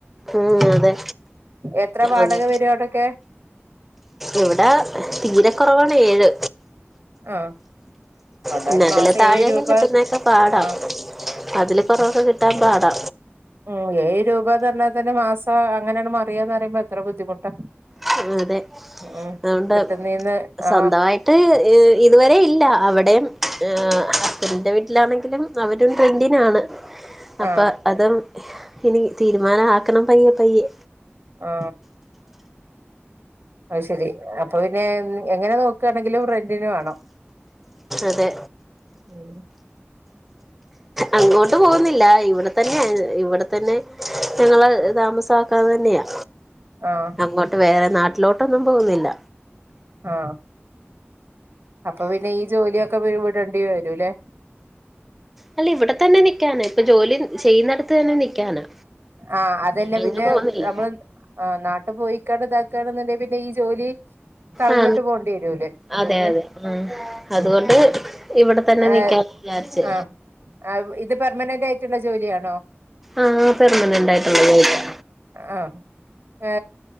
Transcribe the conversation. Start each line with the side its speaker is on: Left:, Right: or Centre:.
Centre: ഉ അതെ
Right: എത്ര വാടക
Centre: അതെ
Right: വരും അവിടൊക്കെ
Centre: ഇവിടെ തീരെ കുറവാണ് ഏഴ്
Right: ആഹ് എന്നാല്
Centre: പിന്നെ അതില്
Right: മാസം
Centre: താഴെയൊക്കെ
Right: ഏഴ് രൂപ
Centre: കിട്ടുന്നൊക്കെ പാടാ
Right: ആഹ്
Centre: അതില് കുറൊക്കെ കിട്ടാൻ പാടാ
Right: ഉ ഏഴ് രൂപ തന്നെ തന്നെ മാസ അങ്ങനെയാണ് മറിയാന്ന് പറയുമ്പോ എത്ര ബുദ്ധിമുട്ടാ?
Centre: ആ അതെ
Right: ഉം
Centre: അതുകൊണ്ട്
Right: കിട്ടുന്നീന്ന്
Centre: സ്വന്തമായി
Right: ആഹ്
Centre: മട്ട് ഇതുവരെ ഇല്ല അവിടെയും ഹസ്ബന്റിന്റെ വീട്ടിലാണെങ്കിലും അവരും റെൻറ്റിനാണ് അപ്പൊ
Right: ആഹ്
Centre: അതും ഇനി തീരുമാനം ആക്കണം പയ്യെ പയ്യെ
Right: ആ അത് ശരി അപ്പൊ പിന്നെ എങ്ങനെ നോ ആണെങ്കിലും റെന്റിന് വേണം
Centre: അതെ
Right: ഉം
Centre: അങ്ങോട്ട് പോകുന്നില്ല ഇവിടെ തന്നെ ഇവിടെ തന്നെ ഞങ്ങള് താമസമാക്കാൻ തന്നെയാ
Right: ആഹ്
Centre: അങ്ങോട്ട് വേറെ നാട്ടിലോട്ടൊന്നും പോകുന്നില്ല.
Right: ആഹ അപ്പൊ പിന്നെ ഈ ജോലിയൊ ഒക്കെ വിടേണ്ടി വരും അല്ലേ?
Centre: അല്ല ഇവിടെ തന്നെ നിക്കാന ഇപ്പൊ ജോലി ചെയ്യുന്നടുത്ത് തന്നെ നിക്കാനാ
Right: ആഹ അതല്ലേ
Centre: അങ്ങ്
Right: പിന്നെ
Centre: പോകുന്നില്ല
Right: നമ്മള് ആ നാട്ടു പോയിക്കാണ്ട് ഇതാക്കണെന്നുണ്ടെ പിന്നെ ഈ ജോലി കളഞ്ഞിട്ട്
Centre: ആ
Right: പോണ്ടി വരൂലേ അപ്പൊ
Centre: അതെ
Right: പിന്നെ
Centre: അതെ ഉ
Right: ഉം
Centre: അതുകൊണ്ട് ഇവിടെ തന്നെ
Right: ഏഹ്
Centre: നിക്കാൻ വിചാരിച്ചേ
Right: ആഹ് ഇത് പെർമനന്റ് ആയിട്ടുള്ള ജോലിയാണോ?
Centre: ആഹ പെർമനന്റ് ആയിട്ടുള്ള ജോലിയാ.
Right: ആ ഏ